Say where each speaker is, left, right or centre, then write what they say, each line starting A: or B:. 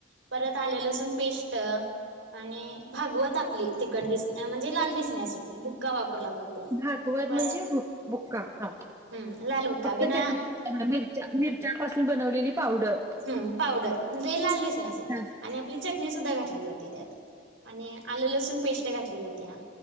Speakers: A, on the right; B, on the right.
A: परत आलेल असून पेस्ट आणि भागवत आपली तखट दिस म्हणजे लाल दिसण्यासाठी भुक्का वापरला जातो
B: भागवत
A: प
B: म्हणजे भुक्का हा
A: हम्म लाल बुक्का
B: फक्त
A: बिना
B: चटणी मिरच्या मिर च्यापासून बनवलेली पावडर
A: हम पावडर म्हे लाल दिसण्यासाठी
B: हा
A: आणि आपली चटणी सुद्धा घात आणि आल लसूण पेस्ट घातली जातीया